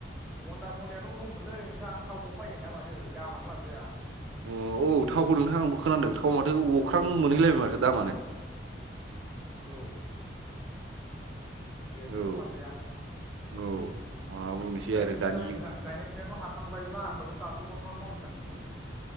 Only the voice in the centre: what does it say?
हनदा सनदायाथ' दंमोनलै नोंथां थावखौनो बायनो हाया माथो दामानो लाजाया
औ <inaudible> एकदम
लाजाया आमफ्राय
नोंसिनालाय
नोंथां गायनाय याथ' हाखांबायब्ला होमबाथ' दाथ' मा मावनो सानदोंमो नोंलाय